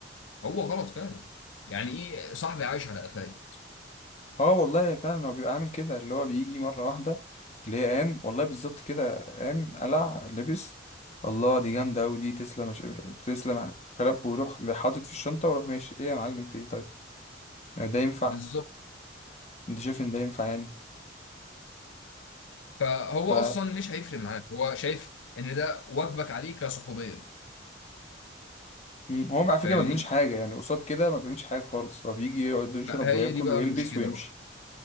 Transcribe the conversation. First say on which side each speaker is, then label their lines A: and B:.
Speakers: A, on the left; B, on the left.
A: هو غلط فعلا يعني ايه صاحبي عايش على قفايا
B: اه والله فعلا هو بيبقى عامل كده اللي هو بيجي مرة واحدة تلاقيه قام والله بالظبط كده قام قلع لبس الله دي جامدة أوي دي تسلم مش مش- تسلم كلام ويروح حاطط في الشنطة ويروح ماشي ايه يا معلم في ايه طيب يعني ده ينفع
A: بالظبط
B: انت شايف ان ده ينفع يعني
A: فهو
B: ف
A: اصلا مش هيفرق معاك هو شايف ان ده واجبك عليه كصحوبيه
B: مم، هو على فكرة
A: فاهمني
B: ما بيعملش حاجة يعني قصاد كده ما بيعملش حاجة خالص هو بيجي يقعد يشرب
A: ما هي
B: وياكل
A: دي بقى
B: ويلبس
A: المشكله
B: ويمشي
A: بقى